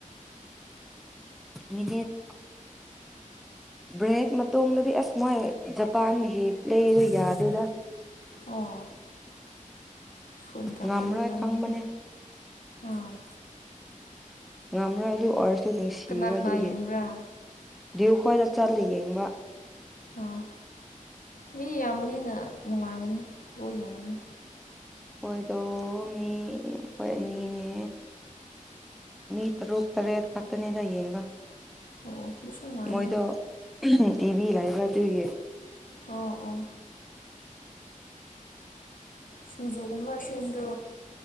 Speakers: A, in the centre; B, on the left.
A: ꯃꯤꯅꯤꯠ ꯕ꯭ꯔꯦꯛ ꯃꯇꯨꯡꯗꯗꯤ ꯑꯁ ꯃꯣꯏ ꯖꯄꯥꯟꯒꯤ ꯂꯩꯗꯣ ꯌꯥꯗꯦꯗ
B: ꯑꯣ ꯁꯨ ꯇꯥꯁꯕꯗꯔ
A: ꯉꯝꯔꯣꯏ ꯈꯪꯕꯅꯦ
B: ꯃꯣꯏ ꯑꯣꯝ
A: ꯉꯝꯔꯣꯏ ꯑꯗꯨ ꯑꯣꯏꯔꯁꯇꯨ ꯅꯨꯡꯁꯤꯕ
B: ꯀꯅꯥ ꯀꯅꯥ
A: ꯑꯗꯨꯒꯤ
B: ꯌꯦꯡꯕ꯭ꯔꯥ
A: ꯗꯤꯌꯨ ꯈꯣꯏꯗ ꯆꯠꯂꯤ ꯌꯦꯡꯕ
B: ꯑꯣ ꯃꯤ ꯌꯥꯝꯕꯅꯤꯅ ꯅꯨꯡꯉꯥꯏꯒꯅꯤ ꯂ ꯌꯦꯡꯒꯅꯤ
A: ꯑꯩꯈꯣꯏꯗꯣ ꯃꯤ ꯑꯩꯈꯣꯏ ꯑꯅꯤꯅꯦ ꯃꯤꯠꯇꯔꯨ ꯇꯔꯦꯠ ꯈꯇꯅꯦ ꯌꯥꯌꯦꯒ
B: ꯑꯣ ꯑꯗꯨꯁꯨ ꯅꯨꯡꯉꯥꯏꯅ
A: ꯃꯣꯏꯗꯣ ꯇꯤꯚꯤ ꯂꯥꯏꯕꯗꯨꯔꯒꯦ
B: ꯑꯣ ꯑꯣ ꯁꯤꯡꯖꯨꯒꯨꯝꯕ ꯁꯦꯝꯗꯣ